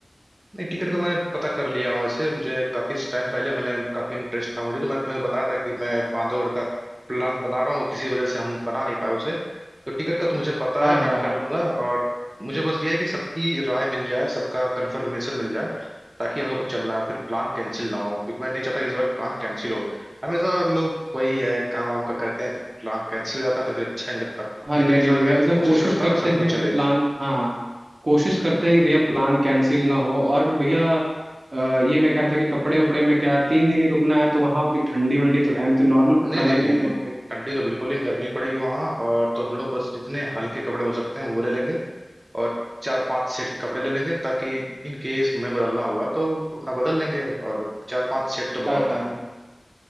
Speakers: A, on the right (about 30°); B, on the right (about 70°).
A: नहीं टिकट का मैं पता कर लिया हूँ वैसे मुझे काफी टाइम पहले मैंने काफी इंटरेस्ट था मुझे तो मैं तुम्हें बताया था कि मैं बांधवगढ़ का प्लान बना रहा हूँ किसी वजह से हम बना नहीं पाए उसे तो टिकट का तो मुझे पता
B: हाँ
A: है मैं
B: हाँ
A: कर
B: हाँ
A: लूंगा और मुझे बस ये है कि सबकी राय मिल जाए सबका कंफर्मेशन मिल जाए ताकि हम लोग को चलना है फिर प्लान कैंसिल ना हो क्योंकि मैं नहीं चाहता कि इस बार प्लान कैंसिल हो हमेशा लोग वही है काम वाम का करते हैं तो प्लान कैंसिल हो जाता है तो फिर अच्छा नहीं लगता
B: हाँ
A: लेकिन
B: नहीं
A: इस
B: नहीं
A: बार
B: भैया
A: मैं
B: इस बार
A: कोशिश
B: कोशिश
A: करता
B: करते
A: हूँ कि सब
B: हैं
A: कोई
B: कि
A: चले
B: प्लान हाँ हाँ कोशिश
A: हम्म
B: करते हैं कि भैया प्लान कैंसिल ना हो और भैया अ, ये मैं कह रहा था कि कपड़े उपड़े में क्या तीन दिन ही रुकना है तो वहाँ उतनी ठंडी वंडी तो है नहीं तो नॉर्मल
A: नहीं
B: कपड़ा
A: नहीं
B: ले
A: नहीं
B: लेंगे
A: नहीं
B: वहाँ पे
A: ठंडी तो बिल्कुल नहीं गर्मी पड़ेगी वहां और तो हम लोग बस जितने हल्के कपड़े हो सकते हैं वो ले लेंगे और चार पांच सेट के कपड़े ले लेंगे ताकि इन केस में बदलना हुआ तो अपना बदल लेंगे और चार पांच सेट तो
B: हाँ
A: बहुत है